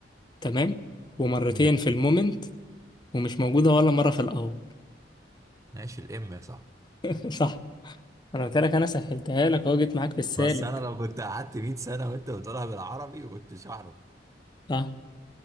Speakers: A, on the left (about 25°); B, on the right (about 20°).
A: تمام ومرتين
B: امم
A: في المومنت ومش موجودة ولا مرة في الأول
B: ماشي الام يا صاحبي
A: <laughs> صح أنا قلت لك أنا سهلتها لك أهو جيت معاك في السالك
B: بس انا لو كنت قعدت 100 سنة وانت بتقولها بالعربي كنتش اعرف
A: صح